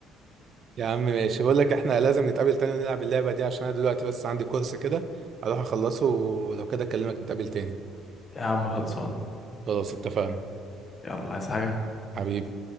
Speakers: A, on the right; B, on the left.
A: يا عم ماشي بقول لك احنا لازم نتقابل تاني ونلعب اللعبة دي عشان انا دلوقتي بس عندي كورس كده هروح اخلصه ولو كده اكلمك نتقابل تاني
B: <laughs> يا عم خلصان
A: خلاص اتفقنا
B: يلا عايز حاجة
A: حبيبي